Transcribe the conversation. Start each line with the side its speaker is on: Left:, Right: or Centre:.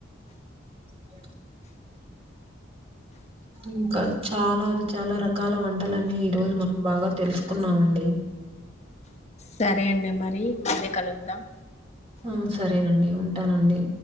Right: అ ఇంకా చాలా చాలా రకాల వంటలన్నీ ఈ రోజు మనం బాగా తెలుసుకున్నామండి
Left: సరే అండి మరి మళ్ళ కలుద్దాం
Right: ఆ సరేనండి ఉంటానండి